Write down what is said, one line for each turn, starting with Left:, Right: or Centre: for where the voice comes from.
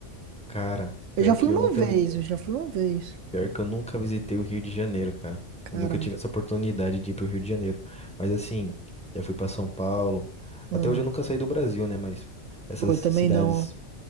Centre: Cara,
Right: Eu
Centre: pior
Right: já
Centre: que
Right: fui uma
Centre: eu nunca
Right: vez,
Centre: vi...
Right: eu já fui uma vez.
Centre: pior que eu nunca visitei o Rio de Janeiro, cara.
Right: Cara,
Centre: Eu nunca tive essa oportunidade de ir pro Rio de Janeiro. Mas assim, já fui pra São Paulo.
Right: hum,
Centre: Até hoje eu nunca saí do Brasil, né? Mas essas
Right: pô, eu
Centre: cidades,
Right: também não. ó.